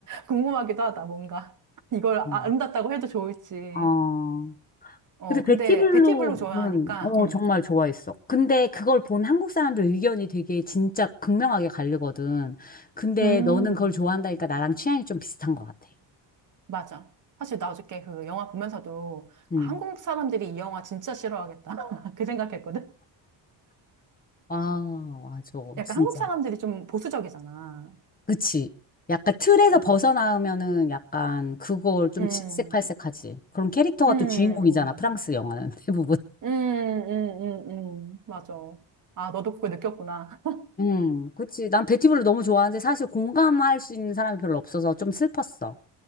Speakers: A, on the right; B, on the left.
A: 궁금하기도 하다, 뭔가. 이걸 아름답다고
B: 응.
A: 해도 좋을지.
B: 어.
A: 어,
B: 근데
A: 근데
B: 베티블루는
A: 베티블루 좋아하니까,
B: 어
A: 음,
B: 정말 좋아했어. 근데 그걸 본 한국 사람들 의견이 되게 진짜 극명하게 갈리거든. 근데
A: 음,
B: 너는 그걸 좋아한다니까 나랑 취향이 좀 비슷한 것 같아.
A: 맞아. 사실 나 어저께 그 영화 보면서도
B: 응.
A: 아, 한국 사람들이 이 영화 진짜 싫어하겠다. <laughs> 그 생각했거든.
B: 아, 맞아.
A: 약간
B: 진짜.
A: 한국 사람들이 좀 보수적이잖아.
B: 그치. 약간 틀에서
A: 어,
B: 벗어나면은 약간 그걸 좀
A: 음,
B: 질색팔색하지. 그런 캐릭터가
A: 음,
B: 또 주인공이잖아.
A: 음,
B: 프랑스 영화는 <laughs> 대부분.
A: 음, 음, 음, 음. 맞아. 아, 너도 그걸 느꼈구나.
B: 음, 그치. 난 베티블루 너무 좋아하는데 사실 공감할 수 있는 사람이 별로 없어서 좀 슬펐어.